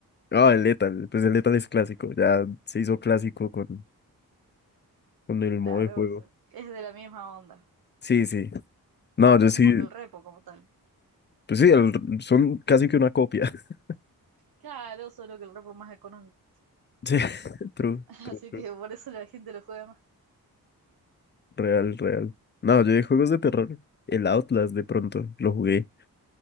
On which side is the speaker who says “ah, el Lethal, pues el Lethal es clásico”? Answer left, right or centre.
Left